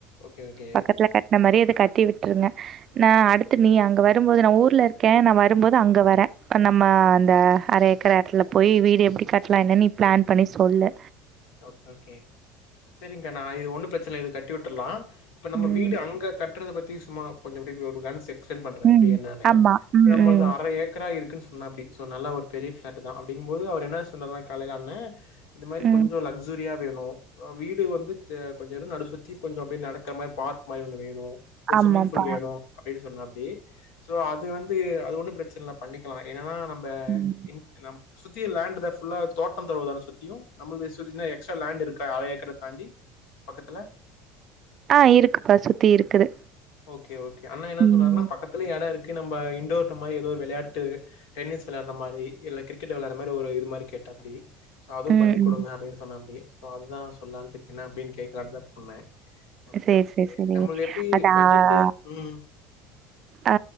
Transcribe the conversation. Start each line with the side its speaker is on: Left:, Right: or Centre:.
Left: ஓகே ஓகே
Right: பக்கத்துல கட்ன மாரியே இது கட்டி விட்டுருங்க நா அடுத்து நீ அங்க வரும்போது நா ஊர்ல இருக்கே நா வரும்போது அங்க வர அப்ப நம்ம அந்த அர ஏக்கர எடத்துல போய் வீடு எப்டி கட்லா என்னன் நீ பிளான் பண்ணி சொல்லு
Left: ஓகே ஓகே சரிங்க்கா நா இது ஒண்ணு பிரச்சன இது கட்டி விட்டுர்லா இப்ப நம்ம
Right: ம்.
Left: வீடு அங்க கட்றத பத்தி சும்மா கொஞ்ச அப்டி ஒரு க்ளான்ஸ் செக் சென்ட் பண்ற எப்டி
Right: ம்.
Left: என்னானு
Right: ஆமா. ம்.
Left: சோ நம்மளுது
Right: ம்.
Left: அர ஏக்கரா இருக்குன்னு சொன்னாப்டி சோ நல்ல ஒரு பெரிய பிளாட்டு தா அப்டிங்கம்போது அவர் என்ன சொன்னார்னா காலையில அண்ணே இது மாரி
Right: ம்.
Left: கொஞ்சோ லக்சுரியா வேணு ஆ வீடு வந்து ச கொஞ்ச அத சுத்தி கொஞ்ச அப்டியே நடக்கற மாரி பார்க் மாரி ஒண்ணு வேணு ஒரு
Right: ஆமாப்பா.
Left: ஸ்விம்மிங் ஃபூல் வேணு அப்டின்னு சொன்னாப்டி சோ அது வந்து அது ஒண்ணு பிரச்சன இல்ல பண்ணிக்கலா என்னன்னா நம் ப
Right: ம்.
Left: இன்ட் நம் சுத்தியு லேண்டு தா ஃபுல்லா தோட்டம் தொறவுதான சுத்தியு நம்மளுது <unintelligible> எக்ஸ்ட்ரா லேண்டு இருக்கா அர ஏக்கர தாண்டி பக்கத்துல
Right: ஆ இருக்குப்பா சுத்தி இருக்குது
Left: ஓகே ஓகே அண்ண என்ன
Right: ம்.
Left: சொன்னாருன்னா பக்கத்துல எடோ இருக்கு நம்ப இன்டோர்ட்ட மாரி ஏதோ ஒரு வெளையாட்டு டென்னிஸ் வெளாட்ற மாரி இல்ல கிரிக்கெட் வெளாட்ற மாரி ஒரு இது மாரி கேட்டாப்டி சோ அதுவு
Right: ம்.
Left: பண்ணி
Right: ம்.
Left: கொடுங்க அப்டின்னு சொன்னாப்டி சோ அதுதா சொல்லான்ட்டு என்ன அப்டினு கேக்கலான்தா சொன்னே ஓகே
Right: சரி,
Left: ஓகே
Right: சரி, சரி.
Left: நம்மளுது எப்டி
Right: அதா
Left: பட்ஜெட்டு ம்
Right: ஆ